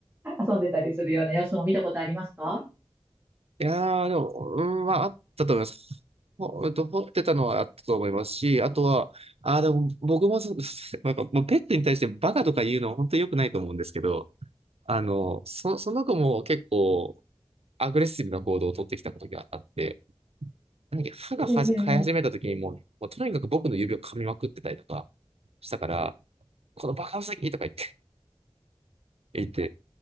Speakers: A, on the right; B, on the right.
A: 遊んでたりするような様子も見たことありますか
B: いやー、でも、うん、まあ、あったと思います。ほ、うんと、掘ってたのはあったと思いますし、あとは、あー、でも、僕もそ、<laughs> なんか、もうペットに対してバカとか言うのは本当に良くないと思うんですけど、あの、そ、その子も結構、アグレッシブな行動を取ってきたことがあって、なんか歯がはじ生え始めた時にもう、
A: ええ、
B: もうとにかく僕の指を噛みまくってたりとかしたから、このバカウサギとか言って、